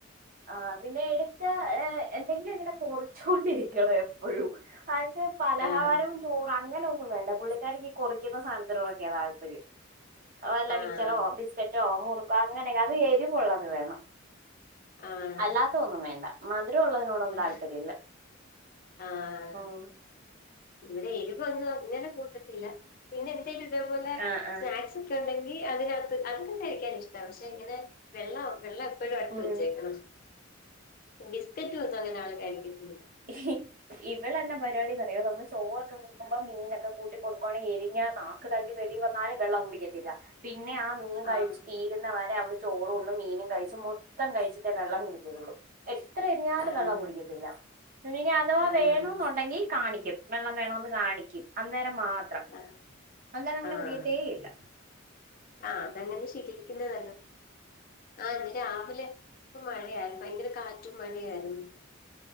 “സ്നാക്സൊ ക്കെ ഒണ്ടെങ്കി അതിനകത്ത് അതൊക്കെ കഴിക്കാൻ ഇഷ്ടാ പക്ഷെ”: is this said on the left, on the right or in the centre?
Left